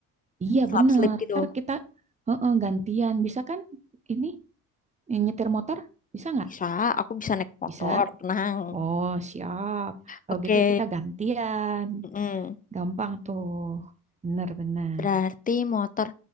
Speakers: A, on the right; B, on the left.
A: Iya
B: slap
A: bener.
B: slip gitu
A: Ntar kita heeh, gantian. Bisa kan ini eh, nyetir motor? Bisa nggak?
B: bisa aku bisa naik motor
A: Bisa.
B: tenang
A: Oh siap. Kalau
B: oke
A: gitu kita gantian.
B: Mm-mm.
A: Gampang tuh. Bener-bener.
B: berarti motor